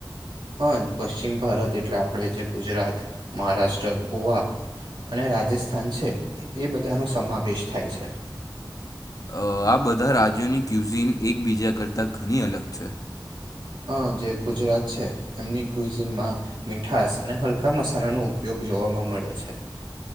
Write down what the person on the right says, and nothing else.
હા પશ્ચિમ ભારત એટલે આપણે જે ગુજરાત મહારાષ્ટ્ર ગોવા અને રાજસ્થાન છે એ બધાનો સમાવેશ થાય છે
હ જે ગુજરાત છે એમની કયુઝીનમાં મીઠાસ અને હલકા મસાલા નો ઉપયોગ જોવાવામાં મળે છે